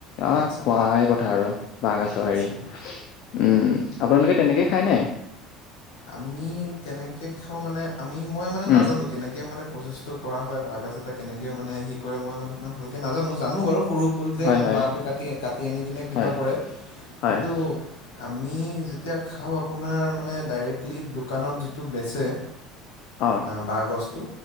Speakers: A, on the left; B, on the left.
A: আহ
B: আচ্ছা
A: খোৱাহে কথা আৰু। বাঁহগাছৰ
B: আচ্ছা
A: হেৰি উম, আপোনালোকে তেনেকে খায়নে?
B: আমি তেনেকে খাওঁ মানে আমি মই মানে
A: উম
B: নাজানো মানে কেনেকে মানে প্ৰচেছটো কৰা হয় বাঁহগাজ এটা কেনেকৈ মানে হে কৰে মই মানে ইমান ভাল কে নাজানো জানো বাৰু সৰু ফুল যে
A: হয়
B: মানে
A: হয়
B: বাঁহটো কাটি কাটি আনি কিনে কিবা
A: হয়
B: কৰে।
A: হয়
B: কিন্তু আমি যেতিয়া খাওঁ আপোনাৰ ডাইৰেক্টলি দোকানত যিটো বেচে
A: অ
B: বাঁহগাজটো